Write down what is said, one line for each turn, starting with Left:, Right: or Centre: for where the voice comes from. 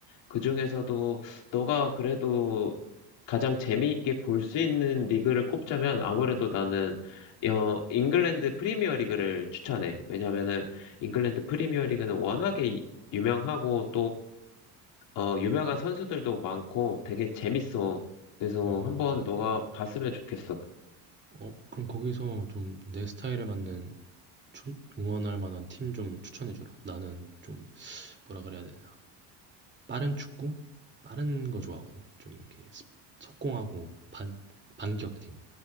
Left: 그 중에서도 너가 그래도 가장 재미있게 볼 수 있는 리그를 꼽자면 아무래도 나는 어, 잉글랜드 프리미어 리그를 추천해. 왜냐면은 잉글랜드 프리미어 리그는 워낙에 유명하고 어, 유명한 선수들도 많고 되게 재밌어. 그래서
Right: 어,
Left: 한번 너가 봤으면 좋겠어.
Right: 어, 그럼 거기서 좀 내 스타일에 맞는 추- 응원할 만한 팀 좀 추천해 주라. 나는 좀 뭐라 그래야 되나? 빠른 축구? 빠른 거 좋아하거든. 좀 이렇게 스- 속공하고 반 반격팀